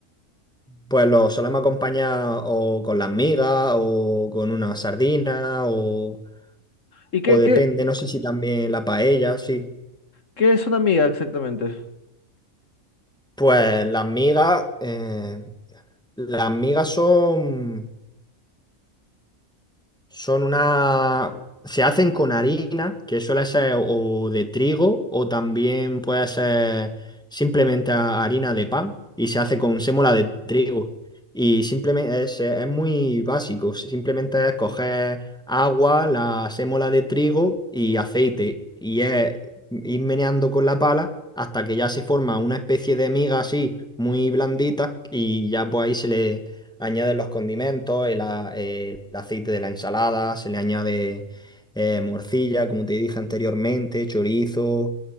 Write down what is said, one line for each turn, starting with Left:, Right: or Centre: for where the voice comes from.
Centre: Pues lo solemos acompañar o con las migas o con una sardina o,
Left: ¿Y qué,
Centre: o depende,
Left: qué,
Centre: no sé si también la paella, sí.
Left: qué es una miga exactamente?
Centre: Pues las migas, eh, las migas son Son una... Se hacen con harina, que suele ser o de trigo o también puede ser simplemente ha- harina de pan y se hace con sémola de trigo. Y simplemente es, es muy básico, simplemente es coger agua, la sémola de trigo y aceite y es ir meneando con la pala hasta que ya se forma una especie de miga así muy blandita y ya pues ahí añaden los condimentos, el, a- el aceite de la ensalada, se le añade eh, morcilla, como te dije anteriormente, chorizo,